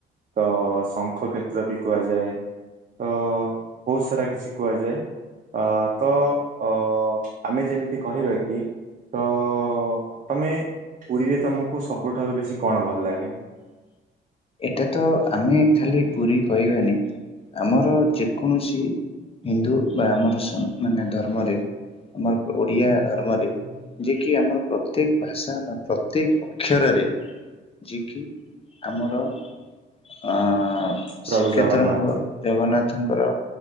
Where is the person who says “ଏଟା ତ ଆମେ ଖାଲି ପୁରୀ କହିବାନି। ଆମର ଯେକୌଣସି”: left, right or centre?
Left